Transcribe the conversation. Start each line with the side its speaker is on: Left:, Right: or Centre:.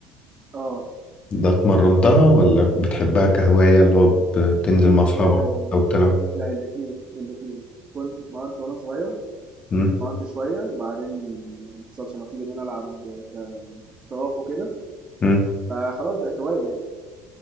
Right: آه،
Left: ده اتمرنتها ولا بتحبها كهواية اللي هو بت- بتنزل مع اصحابك
Right: آآ
Left: لو بتلعب
Right: لأ الاتنين، الاتنين، كنت اتمرّنت وأنا صغير
Left: مم،
Right: اتمرنت شوية وبعدين ما حصلش نصيب إن أنا ألعب ك احتراف وكده
Left: مم،
Right: فخلاص بقت هواية يعني.